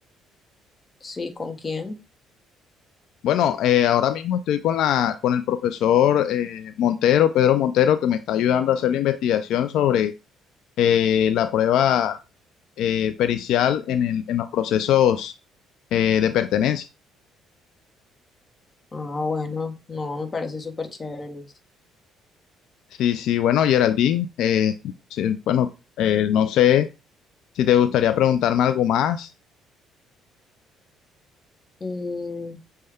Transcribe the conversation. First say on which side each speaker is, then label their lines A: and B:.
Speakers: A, on the left (about 30°); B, on the left (about 70°).
A: <laughs> sí, ¿con quién?
B: Bueno, eh, ahora mismo estoy con la, con el profesor eh, Montero, Pedro Montero, que me está ayudando a hacer la investigación sobre eh, la prueba eh, pericial en el, en los procesos eh, de pertenencia.
A: Ah, bueno, no, me parece súper chévere, Luis.
B: Sí, sí, bueno, Geraldine, eh, sí, bueno, eh, no sé si te gustaría preguntarme algo más.
A: Mm,